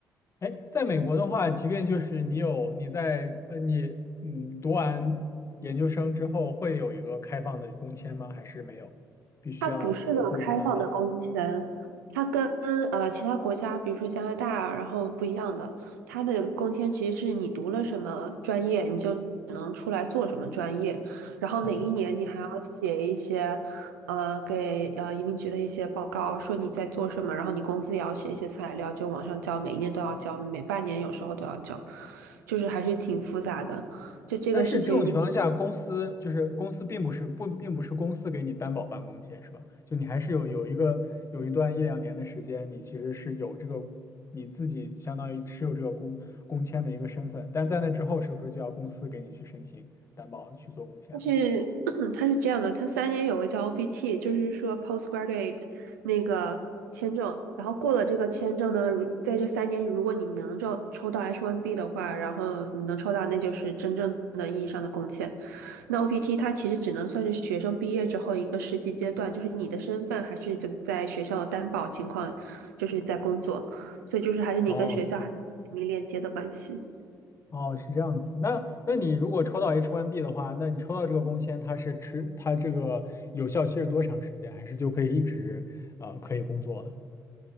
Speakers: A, on the left; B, on the right.
A: 哎，在美国的话，即便就是你有你在呃你嗯读完研究生之后，会有一个开放的工签吗？还是没有？必须要你的雇主担保。
B: 它不是个开放的工签，它跟呃其他国家，比如说加拿大，然后不一样的。它的工签其实是你读了什么专业，你就只能出来做什么专业，然后每一年你还要写一些呃给呃移民局的一些报告，
A: 嗯，
B: 说你在做什么，然后你公司也要写一些材料，就往上交，每一年都要交，每半年有时候都要交，就是还是挺复杂的。就这个事情，
A: 但是这种情况下，
B: 如
A: 公司就是公司并不是不并不是公司给你担保办公签是吧？就你还是有有一个有一段一两年的时间，你其实是有这个你自己相当于持有这个工工签的一个身份，但在那之后，是不是就要公司给你去申请担保去做工签了？
B: 但是 <clears throat> 它是这样的，它三年有个叫 OPT，就是说 postgraduate 那个签证，然后过了这个签证呢，如在这三年，如果你能抽抽到 H1B 的话，然后你能抽到，那就是真正的意义上的贡献。那 OPT 它其实只能算是学生毕业之后一个实习阶段，就是你的身份还是就在学校的担保情况，就是在工作，所以就是还是你跟学校还是紧密链接的关系。
A: 哦，哦，是这样子。那那你如果抽到 H1B 的话，那你抽到这个工签，它是持它这个有效期是多长时间？还是就可以一直呃可以工作了